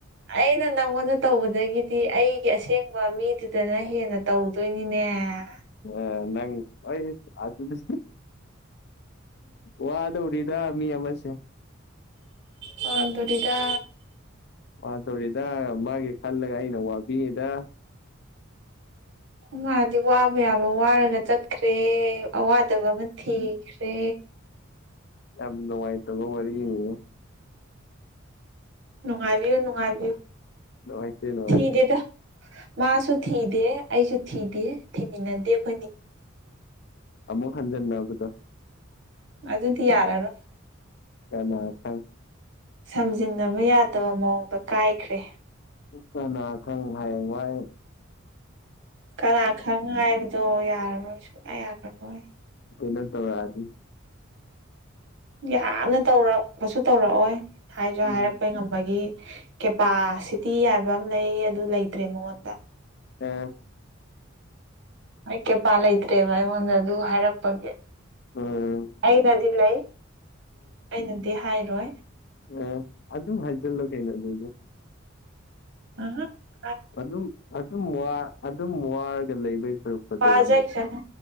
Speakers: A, on the right; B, on the left.
A: ꯑꯩꯅ ꯅꯪꯉꯣꯟꯗ ꯇꯧꯕꯗꯒꯤꯗꯤ ꯑꯩꯒꯤ ꯑꯁꯦꯡꯕ ꯃꯤꯗꯨꯗꯅ ꯍꯦꯟꯅ ꯇꯧꯗꯣꯏꯅꯤꯅꯦ ꯑꯦ
B: ꯑ ꯅꯪꯗꯤ ꯋꯥꯗꯧꯔꯤꯗ ꯃꯤ ꯑꯃꯁꯦ
A: ꯃꯥꯟꯥꯟꯕꯣꯔꯤꯗ
B: ꯑ ꯇꯣꯔꯤꯗ ꯃꯥꯒꯤ ꯈꯜꯂꯒ ꯑꯩꯅ ꯋꯥꯕꯤꯌꯦꯗ
A: ꯃꯥꯗꯤ ꯋꯥꯕ ꯌꯥꯕ ꯋꯥꯔꯒ ꯆꯠꯈ꯭ꯔꯦ ꯑꯋꯥꯗꯕ ꯑꯃ ꯊꯤ ꯦ
B: ꯌꯥꯝ ꯅꯨꯡꯉꯥꯏꯇꯕ ꯋꯥꯔꯤꯅꯤ
A: ꯅꯨꯡꯉꯥꯏꯕꯤꯌꯨ ꯅꯨꯡꯉꯥꯏꯕꯤꯌꯨ
B: ꯅꯅꯨꯡꯥꯏꯇ ꯅꯣꯥꯏꯇ
A: ꯊꯤꯗꯦꯗ ꯃꯥꯁꯨ ꯊꯤꯗꯦ ꯑꯩꯁꯨ ꯊꯤꯗꯦ ꯊꯤꯃꯤꯟꯅꯗꯦ ꯑꯩꯈꯣꯏꯅꯤ
B: ꯑꯃꯨ ꯈꯥꯟꯖꯅꯕꯨꯗ
A: ꯑꯗꯨꯗꯤ ꯌꯥꯔꯔ
B: ꯀꯃ ꯊꯪ
A: ꯁꯝꯖꯤꯟꯅꯕ ꯌꯥꯗꯕ ꯃꯑꯣꯡꯗ ꯀꯥꯏꯈ꯭ꯔꯦ
B: ꯀꯅꯥ ꯈꯪ ꯍꯌꯦꯡ ꯋꯥꯏ
A: ꯀꯅꯥ ꯈꯪ ꯍꯥꯏꯕꯗꯣ ꯌꯥꯔꯔꯣꯏ ꯁꯨꯡꯌꯥ ꯌꯥꯔꯔꯣꯏ
B: ꯅ ꯇꯧ ꯍꯥꯏꯗꯤ
A: ꯌꯥꯝꯅ ꯇꯧꯔꯛꯄꯁꯨ ꯇꯧꯔꯛꯑꯣꯏ ꯍꯥꯏꯁꯨ
B: ꯎꯝ
A: ꯍꯥꯏꯔꯛꯄ ꯉꯝꯕꯒꯤ ꯀꯦꯄꯥꯁꯤꯇꯤ ꯍꯥꯏꯕ ꯑꯃ ꯂꯩ ꯑꯗꯨ ꯂꯩꯇ꯭ꯔꯦ ꯃꯉꯣꯟꯗ
B: ꯑꯥ
A: ꯑꯩ ꯀꯦꯄꯥ ꯂꯩꯇ꯭ꯔꯦꯕ ꯑꯩꯉꯣꯟꯗ ꯑꯗꯨ ꯍꯥꯏꯔꯛꯄꯒꯤ
B: ꯎꯝ
A: ꯑꯩꯅꯗꯤ ꯂꯩ ꯑꯩꯅꯗꯤ ꯍꯥꯏꯔꯣꯏ
B: ꯑ ꯑꯗꯨ ꯍꯜꯖꯜꯂꯒꯦꯅ ꯑꯗꯨ ꯑꯗꯨꯗꯤ
A: ꯑ
B: ꯑꯗꯨꯝ ꯑꯗꯨꯝ ꯑꯗꯨꯝ ꯋꯥꯔꯒ ꯂꯩꯕꯩ ꯁꯔꯨꯛꯄꯨꯗꯤ
A: ꯄꯋꯥꯖꯥꯏ
B: ꯑꯃꯨꯛ
A: ꯀꯅꯣ